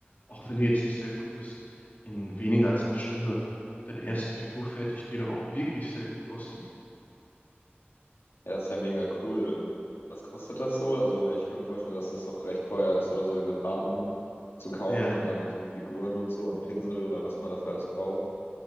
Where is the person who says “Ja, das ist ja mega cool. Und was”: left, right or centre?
Left